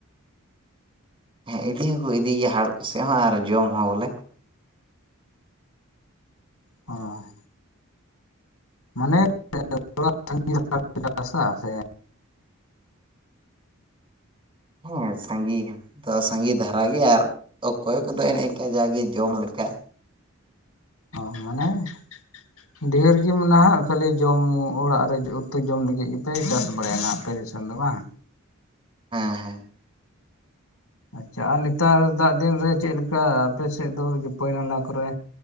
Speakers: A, on the right; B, on the left.
A: ᱦᱮᱸ ᱤᱫᱤ ᱦᱚᱸᱠᱚ ᱤᱫᱤᱜᱮᱭᱟ ᱦᱟᱴ ᱠᱚ ᱥᱮᱫ ᱦᱚᱸ ᱟᱨ ᱡᱚᱢ ᱦᱚᱸ ᱵᱚᱞᱮ
B: ᱦ ᱢᱟᱱᱮ <unintelligible> ᱪᱟᱥᱟ ᱥᱮ
A: ᱦᱮᱸ ᱥᱟᱺᱜᱤᱟ ᱛᱚ ᱥᱟᱸᱜᱮ ᱫᱷᱟᱨᱟ ᱜᱮ ᱟᱨ ᱚᱠᱚᱭ ᱠᱚᱫᱚ ᱮᱱᱮ ᱮᱱᱟ ᱡᱟᱜᱮ ᱡᱚᱢ ᱞᱮᱠᱟ
B: ᱚ ᱢᱟᱱᱮ ᱰᱷᱮᱨ ᱜᱤ ᱢᱮᱱᱟᱜᱼᱟ ᱠᱷᱟᱹᱞᱤ ᱡᱚᱢ ᱚᱲᱟᱜ ᱨᱮ ᱩᱛᱩ ᱡᱚᱢ ᱞᱟᱹᱜᱤᱜ ᱜᱮᱯᱮ ᱪᱟᱥ ᱵᱟᱲᱟᱭᱟ ᱱᱟᱜ ᱟᱯᱮ <unintelligible> ᱫᱚ ᱵᱟᱝ
A: ᱦᱮᱸ ᱦᱮᱸ
B: ᱟᱪᱷᱟ ᱟᱨ ᱱᱮᱛᱟᱨ ᱫᱟᱜ ᱫᱤᱱ ᱨᱮ ᱪᱮᱫ ᱞᱮᱠᱟ ᱟᱯᱮ ᱥᱮᱫ ᱫᱚ ᱯᱟᱹᱭ ᱱᱟᱞᱟ ᱠᱚᱨᱮ